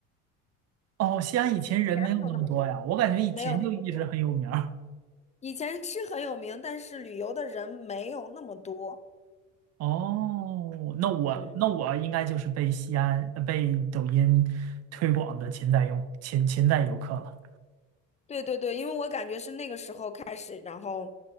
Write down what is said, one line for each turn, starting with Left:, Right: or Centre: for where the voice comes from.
Right: 哦，西安以前人没有那么多呀，
Left: 钱没有那么多，
Right: 我感觉以前就一直很有名儿。
Left: 没有那么多。以前是很有名，但是旅游的人没有那么多。
Right: 哦，那我那我应该就是被西安呃被抖音推广的潜在用潜潜在游客了。
Left: 嗯，对对对，因为我感觉是那个时候开始，然后，